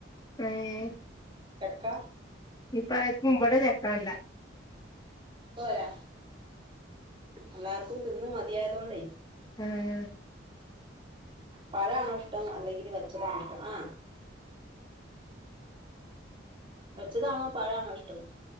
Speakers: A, on the left; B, on the right.
A: പ്പഴേ
B: ചക്ക
A: ഇപ്പാര്ക്കും വ്വടെ ചക്കാണ്ട.
B: ത്തോരാ എല്ലാവർക്കും തിന്ന് മതിയായതോണ്ടേ
A: ആഹ്
B: പഴാണോ ഇഷ്ടം. അല്ലെങ്കില് വച്ചതാണോ ഇഷ്ടം. ആഹ് വച്ചതാണോ പഴാണോ ഇഷ്ടം